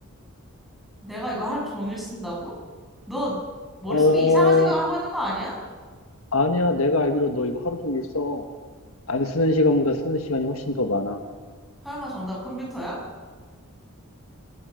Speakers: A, in the centre; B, on the left.
A: 내가 이거 하루 종일 쓴다고? 너 머릿속에
B: 어,
A: 이상한 생각을 하고 있는 거 아니야?
B: 아니야. 내가 알기로 너 이거 하루 종일 써. 안 쓰는 시간보다 쓰는 시간이 훨씬 더 많아.
A: 설마 정답 컴퓨터야?